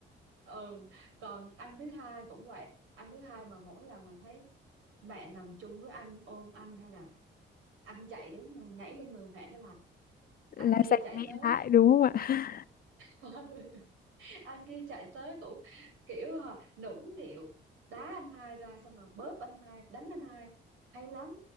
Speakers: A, on the right (about 85°); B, on the left (about 50°).
A: ừ còn anh thứ hai cũng vậy anh thứ hai mà mỗi lần mà thấy mẹ nằm chung với anh ôm anh hay là anh chạy đến nhảy lên người mẹ cái là anh
B: là
A: kia
B: dành
A: chạy
B: mẹ
A: tới
B: lại đúng không ạ
A: <laughs> anh kia chạy tới cũng kiểu hả, nũng nịu đá anh hai ra xong rồi bóp anh hai đánh anh hai hay lắm